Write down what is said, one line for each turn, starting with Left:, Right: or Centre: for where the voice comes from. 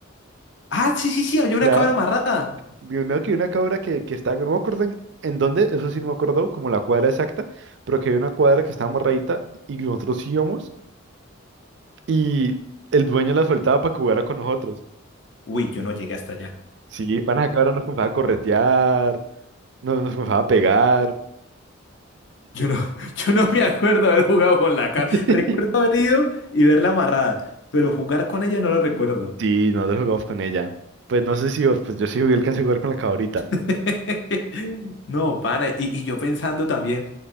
Left: Ah, sí, sí, sí, había una
Right: Claro.
Left: cabra amarrada.
Right: De una, que una cabra que, que estaba, no me acuerdo en, en dónde, eso sí no me acuerdo, como la cuadra exacta, pero que había una cuadra que estaba morradita y nosotros íbamos y el dueño la soltaba para que jugara con nosotros.
Left: Uy, yo no llegué hasta allá.
Right: Sí, para la cabra nos comenzaba a corretear, nos, nos comenzaba a pegar.
Left: Yo no, <laughs> yo no me acuerdo haber jugado con la cabra.
Right: <laughs>
Left: Recuerdo haber ido y verla amarrada, pero jugar con ella no lo recuerdo.
Right: Sí, nosotros jugamos con ella. Pues no sé si vos, pues yo sí alcancé a jugar con la cabrita.
Left: <laughs> No, pana, y, y yo pensando también,